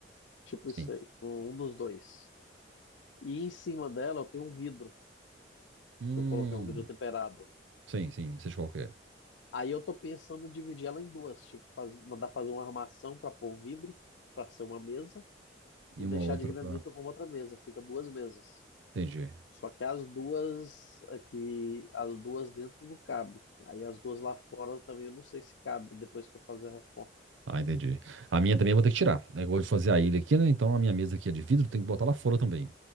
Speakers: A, on the left (about 80°); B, on the right (about 85°).
A: Tipo
B: sim,
A: isso aí, um um dos dois. E em cima dela eu tenho um vidro,
B: hum,
A: que eu coloquei um vidro temperado.
B: sim, sim, seja qualquer,
A: Aí eu tô pensando em dividir ela em duas, tipo, faz- mandar fazer uma armação para pôr o vidro, para ser uma mesa,
B: e
A: e
B: uma
A: deixar
B: outra
A: de granito
B: pra,
A: como outra mesa. Fica duas mesas.
B: entendi.
A: Só que as duas aqui, as duas dentro não cabe. Aí as duas lá fora também eu não sei se cabe depois que eu fazer a reforma.
B: Ah, entendi. A minha também eu vou ter que tirar. É igual de fazer a ilha aqui, né? Então a minha mesa aqui é de vidro, tem que botar lá fora também.